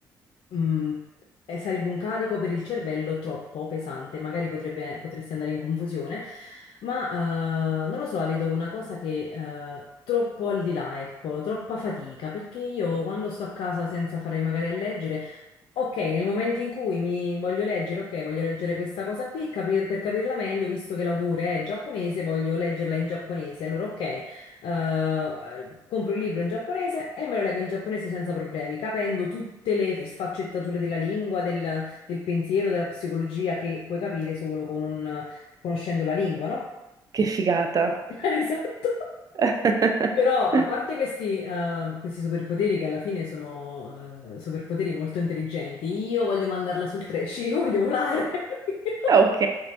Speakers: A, on the left (about 60°); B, on the right (about 35°).
A: Mm, eh, sarebbe un carico per il cervello troppo pesante, magari potrebbe- potresti andare in confusione, ma eh, non lo so, la vedo una cosa che eh, troppo al di là, ecco, troppa fatica, perché io quando sto a casa senza fare magari a leggere, ok, nel momento in cui mi voglio leggere, ok, voglio leggere questa cosa qui, capir- per capirla meglio, visto che l'autore è giapponese, voglio leggerla in giapponese, allora ok eh, eh, compro il libro in giapponese e me lo leggo in giapponese senza problemi, capendo tutte le sfaccettature della lingua, del, del pensiero, della psicologia che puoi capire solo con un- conoscendo la lingua, no?
B: Che figata.
A: <laughs> Esatto.
B: <laughs>
A: Però, a parte questi, eh, questi superpoteri che alla fine sono eh, superpoteri molto intelligenti, io voglio mandarla sul trash, <laughs> io voglio volare. <laughs> Io
B: Ok.